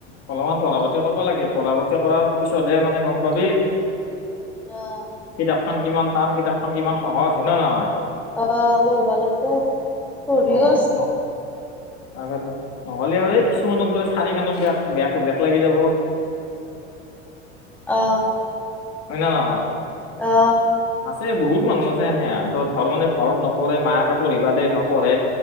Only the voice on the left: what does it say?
অলপমান পঢ়া পাতি কৰবা লাগে, পঢ়া পাতি কৰাৰ পিছতহে মানে গম পাবি।
কিতাপখন কিমান টান কিতাপখন কিমান সহজ হয় নে নহয়।
অ
ন তাকেতো নহলে আ কিছুমানৰ দৰে চাৰিখনত বেক বেক বেক লাগি যাব।
হয় না নহয়?
আছে বহুত মানুহ আছে সেনেহেন, ধৰ মানে ঘৰত নপঢ়ে মাকে পঢ়িবা দে নপঢ়ে।